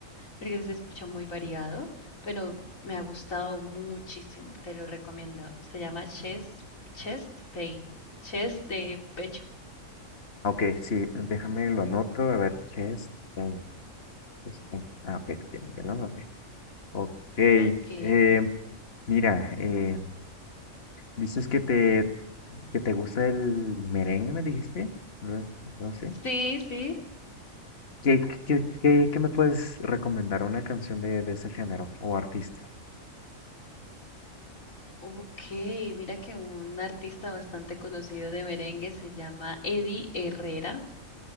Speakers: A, on the left (about 75°); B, on the left (about 45°).
A: porque se escucha muy variado, pero me ha gustado muchísimo. Te lo recomiendo. Se llama Chest, Chest Pain Chest de pecho.
B: Ah, Ok, sí, déjame lo anoto, a ver qué es. Ten- es- ten- Ah, ok, ten- ya lo anoté. Ok, eh,
A: Ok.
B: mira, eh, Dices que te, que te gusta el merengue, me dijiste. No, no sé.
A: Sí, sí.
B: ¿Qué, qué, qué, qué me puedes recomendar? ¿Una canción de, de ese género o artista?
A: Ok, mira que un artista bastante conocido de merengue se llama Eddie Herrera.